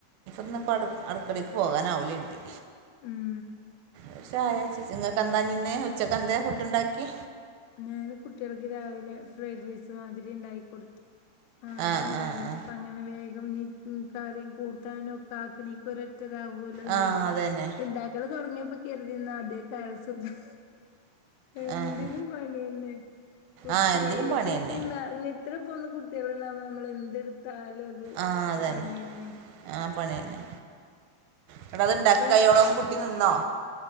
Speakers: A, on the right; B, on the left.
A: ഇന്ന് ഇപ്പോ അട അടക്കടക്ക് പോകാനാവില്ല എനിക്ക്
B: ഉം
A: പക്ഷേ ആയ <unintelligible> കന്താൻമുന്നെ ഉച്ചക്കെന്താ ഫുഡ് ഉണ്ടാക്കി
B: ഞാന് കുട്ടികൾക്ക് രാവിലെ ഫ്രൈഡ് റൈസ് മാതിരി ഇണ്ടായി കൊടുത്തു <unintelligible>
A: ആഹ്
B: ഉണ്ടായിരുന്നു
A: ആഹ്
B: അങ്ങനെ വേഗം നി നി കറിം കൂ ട്ടാനുമൊക്കെ ആക്കണേ എനിക്കൊരൊറ്റ ഇതാകൂലോ എന്ന്
A: ആഹ് ആഹ്
B: വിചാരിച്ച്
A: അതന്നെ
B: ഇണ്ടാ ക്കാൻ തൊടങ്ങിയപ്പോകരുതിന്ന ആദ്യക്കാരസുഖം എന്തിന്
A: ആഹ്
B: പണി തന്നെ കുട്ടീ
A: ആഹ് എന്തിനും പണി
B: കുട്ടീണ്ടാവന്നെ
A: തന്നെ
B: ഇത്ര പോന്ന കുട്ടികളുണ്ടാകുമ്പോ നമ്മൾ എന്തെടുത്താലും അത്
A: ആഹ് അതന്നെ
B: പണി തന്നെ
A: ആഹ് പണി തന്നെ ഇവിടത് ഇണ്ടാക്കി
B: ഇപ്പ
A: കയോളോം കുട്ടി നിന്നോ